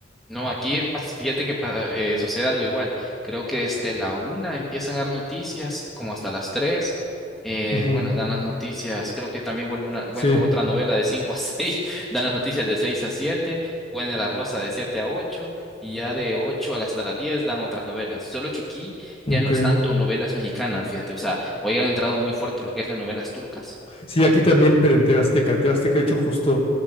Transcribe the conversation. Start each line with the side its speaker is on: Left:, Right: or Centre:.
Centre: No, aquí pas- fíjate que pa- eh, sucede algo igual. Creo que desde la una empiezan a dar noticias, como hasta las tres. Eh,
Left: Ujú,
Centre: bueno, dan las noticias. Creo que también vuelve una, vuelve
Left: Sí,
Centre: otra novela de cinco a seis. <laughs> Dan las noticias de seis a siete. Vuelve La Rosa de siete a ocho. Y ya de ocho a- hasta las diez dan otras novelas. Solo que aquí
Left: ok.
Centre: ya no es tanto novelas mexicanas, fíjate. O sea, hoy han entrado muy fuerte lo que es las novelas turcas.
Left: Sí, aquí también, pero en TV Azteca. En TV Azteca, de hecho, justo